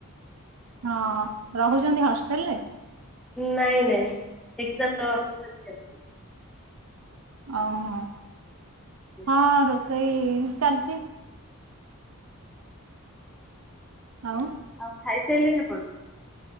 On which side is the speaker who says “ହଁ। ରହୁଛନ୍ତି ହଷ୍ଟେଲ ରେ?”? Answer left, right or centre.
Right